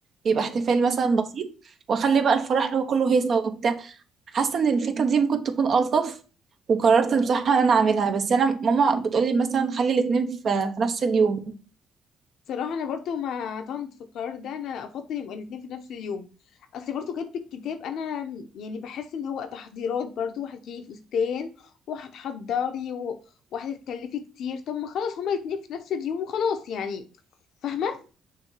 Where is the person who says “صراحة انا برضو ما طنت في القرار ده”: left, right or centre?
Left